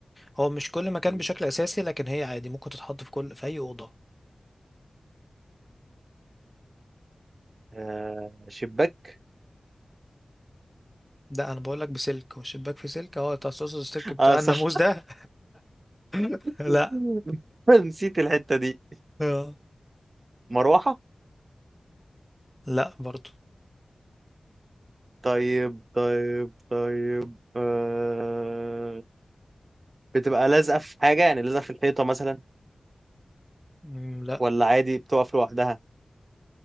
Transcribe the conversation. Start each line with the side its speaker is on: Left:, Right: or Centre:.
Centre: هو مش كل مكان
Right: مم.
Centre: بشكل اساسي لكن هي عادي ممكن تتحط في كل في اي اوضه
Right: آه شباك
Centre: ده انا بقول لك بسلك والشباك في سلك اه انت هتقصد السلك بتاع
Right: اه صح
Centre: الناموس ده <laughs> لا
Right: <laughs> نسيت الحتة دي
Centre: آه.
Right: مروحة
Centre: لا برضو
Right: طيب طيب طيب آه بتبقى لازقة في حاجة يعني لازقة في الحيطة مثلا
Centre: مم، لا
Right: ولا عادي بتقف لوحدها